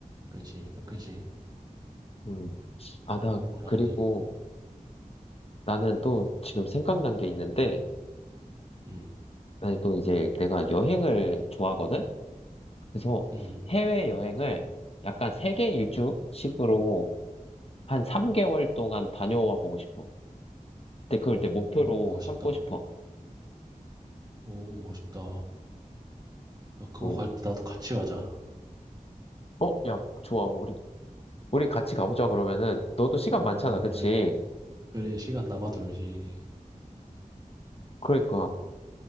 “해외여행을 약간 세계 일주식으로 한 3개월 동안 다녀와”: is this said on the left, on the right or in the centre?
Left